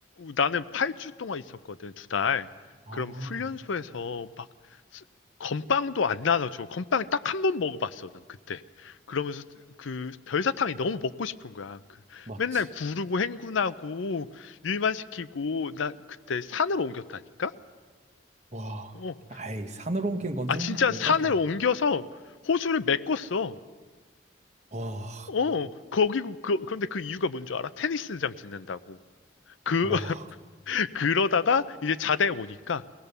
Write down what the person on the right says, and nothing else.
아,
맞지.
와,
아이, 산으로 옮긴 건
좀
오바다.
와,
와,